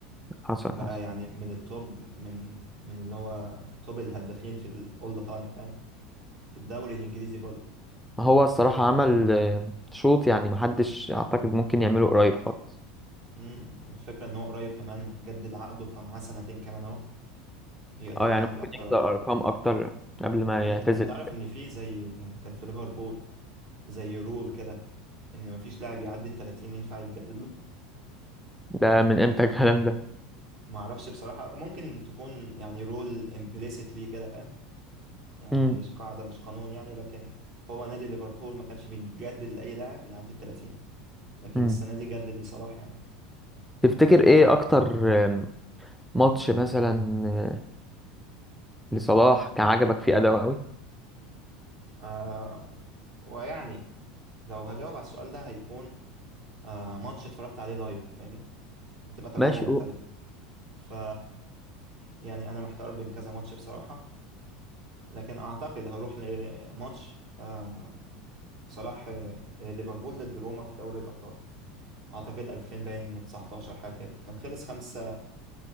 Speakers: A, in the centre; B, on the right (about 50°).
A: حصل
B: بقى
A: حصل
B: يعني من التوب من من اللي هو توب الهدافين في الاول ذا تايم فاهم في الدوري الانجليزي كله
A: ما هو الصراحة عمل آه، شوط يعني محدش اعتقد ممكن يعمله قريب خالص
B: امم والفكره ان هو قريب كمان جدد عقده فمعاه سنتين كمان اهو يقدر
A: اه يعني
B: يعمل
A: ممكن
B: اكتر
A: يكسر
B: اكتر
A: ارقام اكتر قبل ما
B: امم
A: يعتزل
B: انت تعرف ان في زي يعني كان في ليفربول زي رول كده ان مفيش لاعب يعدي ال 30 ينفع يتجدد له
A: ده من امتى الكلام ده
B: ما اعرفش بصراحه ممكن تكون يعني رول امبليسيتلي كده فاهم يعني
A: مم.
B: ما هيش قاعده مش قانون يعني لكن هو نادي ليفربول ما كانش بيجدد لاي لاعب يعدي ال 30 لكن
A: مم.
B: السنة دي جدد بصراحة يعني
A: تفتكر ايه اكتر آم، ماتش مثلا آه، لصلاح كان عجبك فيه اداؤه قوي
B: آه ويعني لو هجاوب على السؤال ده هيكون آه ماتش اتفرجت عليه لايف فاهمني هتبقى تجربة
A: ماشي
B: مختلفة ف يعني أنا محتار بين كذا ماتش بصراحة لكن أعتقد هروح لماتش آه صلاح آه، ليفربول ضد روما في دوري الأبطال أعتقد 2000 باين و19 حاجة كده كان خلص خمسة